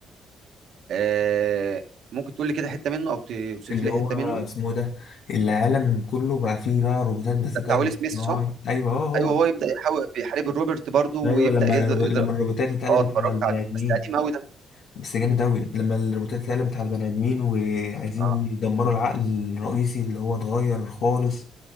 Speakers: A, on the right; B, on the left.
A: آه... ممكن تقول لي كده حته منه او توصف
B: اللي
A: لي
B: هو
A: حته منه
B: اسمه إيه ده العالم كله بقى فيه بقى روبوتات بالذكاء
A: ده بتاع
B: الاصطناعي
A: ويل سميث صح
B: ايوه اه هو
A: ايوه
B: ده
A: هو يبدا يحاول بيحارب الروبرت برضه ويبدا
B: ايوه لما
A: يقدر
B: الرو- لما
A: يقدر
B: الروبوتات اتقلبت
A: اه اتفرجت
B: على البني
A: عليه
B: ادمين
A: بس قديم قوي ده
B: بس جامد اوي لما الروبوتات اتقلبت على البني ادمين وعايزين
A: اه
B: يدمروا العقل الرئيسي اللي هو اتغير خالص